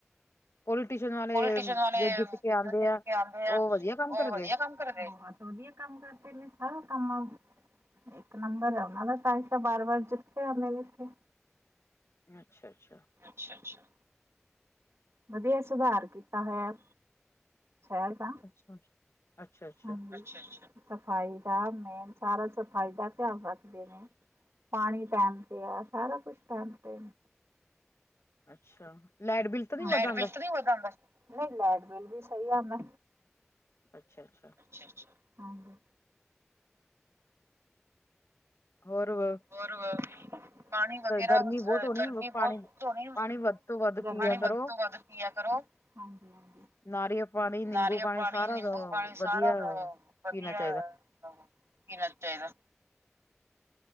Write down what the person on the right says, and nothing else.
ਪੋਲੀਟੀਸ਼ਨ ਵਾਲੇ,
ਜੋ ਜਿੱਤ
ਕੇ ਆਉਂਦੇ ਆ ਉਹ
ਵਧੀਆ ਕੰਮ। ਬਹੁਤ ਵਧੀਆ ਕੰਮ ਕਰਦੇ ਨੇ, ਸਾਰਾ ਕੰਮ ਆ। ਇੱਕ ਨੰਬਰ ਹੈ ਉਹਨਾ ਦਾ, ਤਾ ਹੀ ਤਾਂ ਬਾਰ ਵਾਰ ਜਿੱਥੇ ਆਉਦੇ ਨੇਥੇ।
ਅੱਛਾ ਅੱਛਾ। ਵਧੀਆ ਸੁਧਾਰ ਕੀਤਾ ਹੋਇਆ ਸ਼ੈਦ ਹਾਂ,
ਹਾਂਜੀ ਸਫ਼ਾਈ ਦਾ, ਮੇਨ ਸਾਰਾ ਸਫ਼ਾਈ ਦਾ ਧਿਆਨ ਰੱਖਦੇ ਨੇ। ਪਾਣੀ ਟਾਈਮ ਤੇ ਆ, ਸਾਰਾ ਕੁਛ ਟਾਈਮ ਤੇ
ਲਾਈਟ
ਬਿਲ ਤੇ ਨੀ ਵੱਧ ਆਂਦਾ, ਨਹੀਂ ਲਾਈਟ ਬਿਲ ਵੀ ਸਹੀ ਆਂਦਾ
ਅੱਛਾ ਅੱਛਾ ਹਾਂਜੀ
ਹੋਰ। ਪਾਣੀ ਵਗੈਰਾ
ਅ
ਗਰਮੀ
ਬਹੁਤ ਧੋਣੀ,
ਪਾਣੀ
ਵੱਧ ਤੋਂ ਵੱਧ। ਪਿਆ ਕਰੋ, ਹਾਂਜੀ ਹਾਂਜੀ
ਨਾਰੀਅਲ ਪਾਣੀ,
ਨਿੰਬੂ ਪਾਣੀ,
ਸਾਰਾ ਵਧੀਆ।
ਹਾ ਹਾ ਪੀਣਾ ਚਾਹੀਦਾ